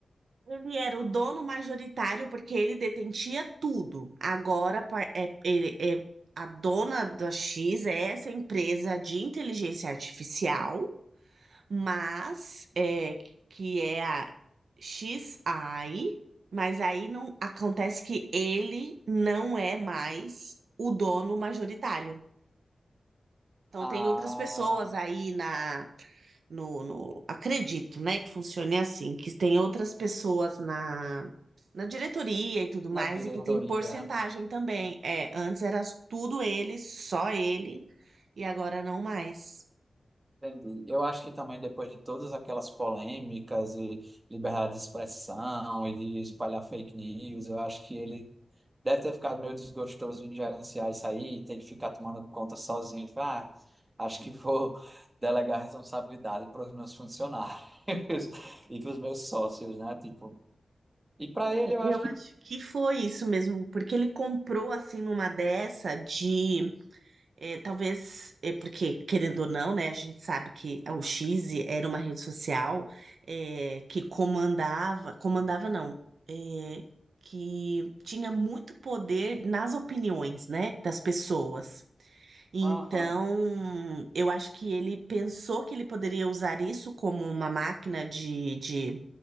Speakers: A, on the right (about 80°); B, on the right (about 20°).
A: Ele era o dono majoritário porque ele detentia tudo. Agora pa- é, ele, é, a dona da X é essa empresa de inteligência artificial, mas é, que é a XI, mas aí não acontece que ele não é mais o dono majoritário. Então
B: Ah,
A: tem outras pessoas aí na no, no acredito, né, que funcione assim, que tem outras pessoas na na diretoria e tudo
B: na
A: mais,
B: diretoria.
A: e que tem porcentagem também. É, antes era tudo ele, só ele, e agora não mais.
B: Entendi. Eu acho que também depois de todas aquelas polêmicas e liberdade de expressão e de espalhar fake news, eu acho que ele deve ter ficado meio desgostoso em gerenciar isso aí, ter que ficar tomando conta sozinho. Ele fala, Ah, acho que vou <laughs> delegar responsabilidade para os meus funcionários <laughs> e para os meus sócios, né? Tipo, e para
A: É,
B: ele eu acho
A: Eu
B: que,
A: acho que foi isso mesmo, porque ele comprou assim numa dessa de é, talvez é porque querendo ou não, né? A gente sabe que o X era uma rede social é, que comandava, comandava não, é, que tinha muito poder nas opiniões, né, das pessoas. Então,
B: aham.
A: eu acho que ele pensou que ele poderia usar isso como uma máquina de, de,